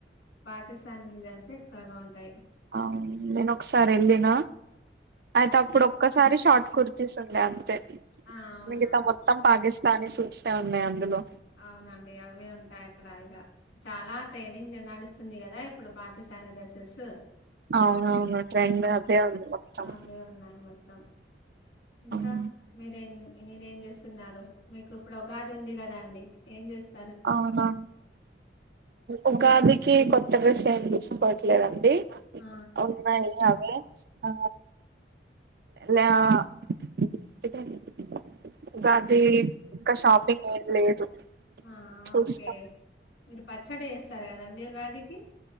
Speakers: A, on the left; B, on the right.
A: సారీ డిజైన్స్ ఎక్కువగా ఉంటాయి
B: అవును నేను ఒకసారి వెళ్లిన అయితే అప్పుడు ఒక్కసారి షార్ట్ కుర్తస్ ఉండే
A: ఆ అవునా
B: మిగతా మొత్తం పాకిస్తానీ సూట్స్ ఉన్నాయి అందులో
A: అవునండి అవి ఉంటాయి అక్కడ ఇగ చాలా ట్రైనింగ్ నడుస్తుంది కదా ఇప్పుడు పాకిస్తాన్ పాకిస్తాన్ డ్రెస్సెస్
B: అవునవును ట్రెండ్ అదే ఉంది మొత్తం
A: అవి ఉన్నాయి మొత్తం ఇంకా
B: అవును
A: మీరే మీర ఏం చేస్తున్నారు మీకు ఇప్పుడు ఉగాది ఉంది కదా అండి ఏం చేస్తున్నారు
B: అవునా ఉగాదికి కొత్త డ్రెస్ ఏం తీసుకోవట్లేదుండి
A: ఆ
B: అడి ఉన్నాయి అవే ఆ లెహంగాలు అది
A: ఆ
B: ఇంకా షాపింగ్ ఏం లేదు
A: ఆ
B: చూస్తాం
A: ఓకే మీరు పచ్చడి చేస్తారు కదండి ఉగాదికి